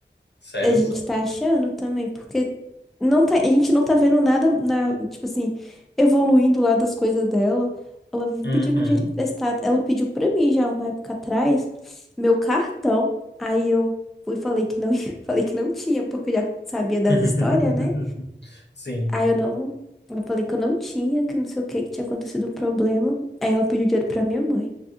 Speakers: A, on the left (about 65°); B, in the centre.
A: Sériozão.
B: A gente tá achando também, porque não tá, a gente não tá vendo nada na, tipo assim, evoluindo lá das coisas dela. Ela vive
A: Uhum.
B: pedindo dinheiro emprestado. Ela pediu pra mim já uma época atrás meu cartão. Aí eu fui e falei que não, <laughs> falei que não tinha, porque eu já sabia das
A: <laughs>
B: histórias, né?
A: Sim.
B: Aí eu não, eu falei que eu não tinha, que não sei o que, que tinha acontecido um problema. Aí ela pediu dinheiro pra minha mãe.